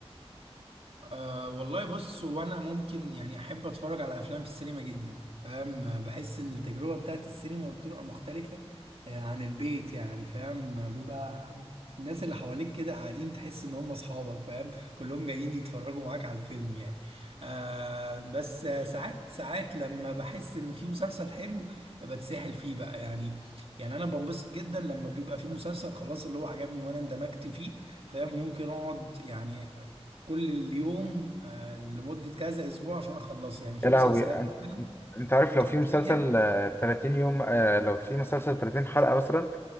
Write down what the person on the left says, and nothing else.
يا لهوي
انت
انت عارف لو
في مسلسل آه، 30 يوم آه، لو في مسلسل 30 حلقة مثلا